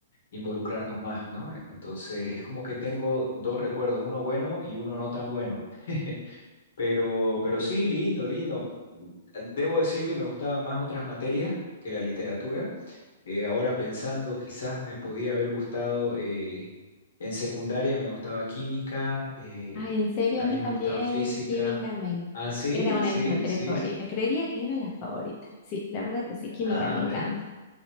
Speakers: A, on the left (about 70°); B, on the left (about 30°).
A: involucrarnos más, ¿no? Entonces es como que tengo dos recuerdos, uno bueno y uno no tan bueno. <laughs> Pero, pero sí, lindo, lindo. Debo decir que me gustaban más otras materias que la literatura. Eh, ahora pensando, quizás me podía haber gustado, eh, en secundaria me gustaba química, eh,
B: Ay, en serio,
A: también
B: a mí
A: me
B: también
A: gustaba física.
B: química me en-
A: Ah, sí,
B: era una
A: sí,
B: de mis materias
A: sí,
B: favoritas.
A: sí.
B: Creería que era la favorita. Sí, la verdad que sí, química
A: Ah,
B: me encanta
A: ¿ves?